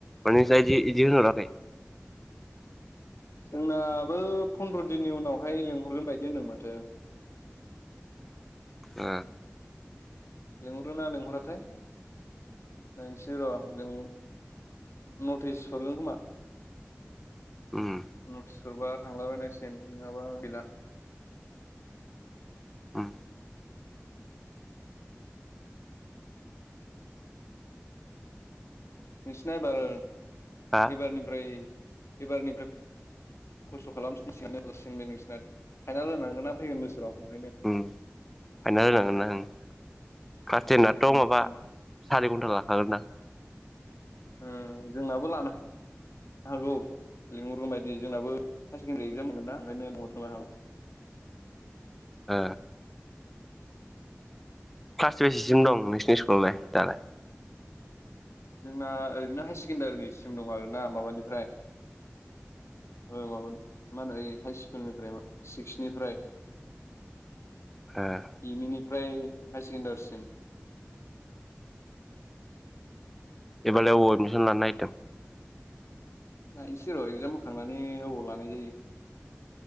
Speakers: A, in the centre; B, on the left (about 65°).
A: ना इदि होनहरा खै।
B: जोंनाबो फन्द्र' दिननि उनावहाय लिंहरगोन बायदि होनदों माथो।
A: ओ
B: लिंहरो ना लिंहराथाय नायनोसै र' ल। नटिस हरगोन खोमा।
A: उओ
B: नटिस हरबा थांला बायनांसिगन नङाबा गैला।
A: ओम
B: नोंसिना एबार
A: हा
B: एबारनिफ्राय एबारनि फ्राय। खस्थ' खालामफिन सिगनो सिन नोंसिना फाइनाल होनांगोना फैगोन बोसोराव ओंखायनो।
A: ओ फाइनाल होनांगोन ना आं। क्लास टेनाथ'
B: उम
A: माबा
B: उम
A: सारि घन्टा लाखागोन दां।
B: ओ जोंनाबो लानो ह। हागौ लिंहरगोन बायदि जोंनाबो हायार सेकेनदारो एक्जाम मोनगोन नयनो लिहरनोबो हागौ।
A: ओ क्लास बेजसिम दं नोंसिनि स्कुलावलाय दालाय।
B: जोंना ओरैनो हायार सेकेण्डारिनि सिम दं आर ना माबानिफ्राय। औ माबा मा होनो हाइ स्कुलनिफ्राय सिक्स निफ्राय।
A: ए
B: इमो इनिफ्राय हायार सेकेणडारिसिम।
A: एबार लाय अबाव एडमिसन लानो नागिरदों।
B: नायनो सै र एगजाम होखांनानै अबाव लानाय जायो।